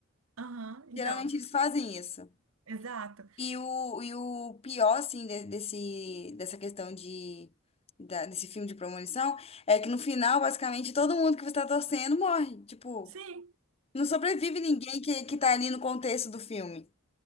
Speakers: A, on the right; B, on the left.
A: Aham, então,
B: Geralmente eles fazem isso.
A: exato.
B: E o, e o pior, assim, de- desse, dessa questão de, da- desse filme de premonição é que no final, basicamente, todo mundo que você tá torcendo morre. Tipo,
A: Sim.
B: não sobrevive ninguém que, que tá ali no contexto do filme.